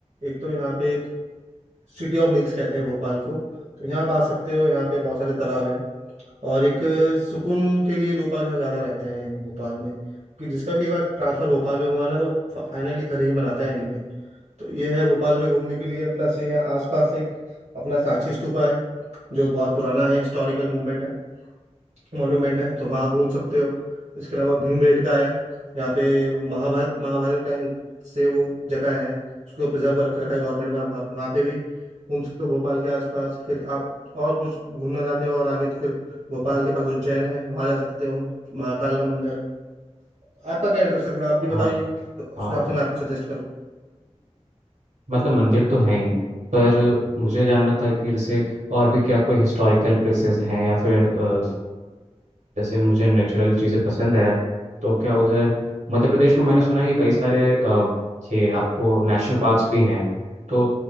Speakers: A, on the right (about 65°); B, on the right (about 85°).
A: एक तो यहाँ पे एक सिटी ऑफ लेक्स कहते हैं भोपाल को तो यहाँ आप आ सकते हो यहाँ पे बहुत सारे तालाब हैं और एक सुकून के लिए लोग बाग यहाँ ज़्यादा रहते हैं भोपाल में कि जिसका भी एक बार ट्रांसफ़र भोपाल में हुआ ना तो फा, फाइनली घर ही बनाता है एंड में तो ये है भोपाल में घूमने के लिए प्लस यहाँ आसपास एक अपना सांची स्तूपा है जो बहुत पुराना है हिस्टोरिकल मूवमेंट है मॉन्यूमेंट है तो वहाँ आप घूम सकते हो इसके अलावा भीमबेटका का है यहाँ पे महाभारत महाभारत के टाइम से वो जगह है उसको प्रिजर्व कर रख रखा है गवर्नमेंट में आप वहाँ वहाँ पे भी घूम सकते हो भोपाल के आसपास फिर आप और कुछ घूमना चाहते हो और आगे तो फिर भोपाल के पास उज्जैन है वहाँ जा सकते हो महाकाल का मंदिर है आपका क्या इंटरेस्ट है थोड़ा आप भी
B: हाँ
A: बताइए तो उस
B: हाँ
A: हिसाब से मैं आपको सजेस्ट करूँ
B: मतलब मंदिर तो हैं ही पर मुझे जानना था कि जैसे और भी क्या कोई हिस्टोरिकल प्लेसेस हैं या फिर अ, जैसे मुझे नेचुरल चीज़ें पसंद है तो क्या उधर मध्य प्रदेश में मैंने सुना है कि कई सारे अ, ये आपको नेशनल पार्क्स भी हैं तो